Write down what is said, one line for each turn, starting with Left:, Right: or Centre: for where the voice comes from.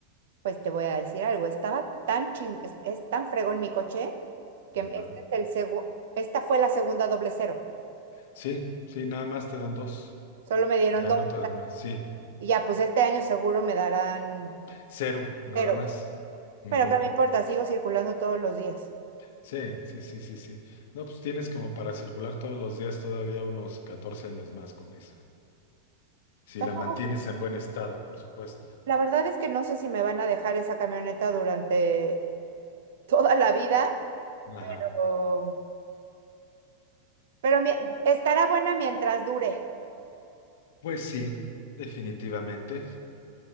Right: Pues te voy a decir algo. Estaba tan ching, es, es tan fregón mi coche que este
Left: Ajá.
Right: es el segu- esta fue la segunda doble cero.
Left: Sí, sí, nada más te dan dos,
Right: Solo me dieron
Left: ya
Right: dos.
Left: no te dan más, sí,
Right: Y ya, pues este año seguro me darán
Left: cero, nada
Right: cero.
Left: más. Ujú.
Right: Pero qué me importa, sigo circulando todos los días.
Left: Sí, sí, sí, sí, sí. No, pues tienes como para circular todos los días todavía unos 14 años más con esa. Si
Right: Tampoco
Left: la mantienes en buen estado, por supuesto.
Right: La verdad es que no sé si me van a dejar esa camioneta durante <laughs> toda la vida,
Left: Ajá.
Right: o- pero mi- estará buena mientras dure.
Left: Pues sí, definitivamente.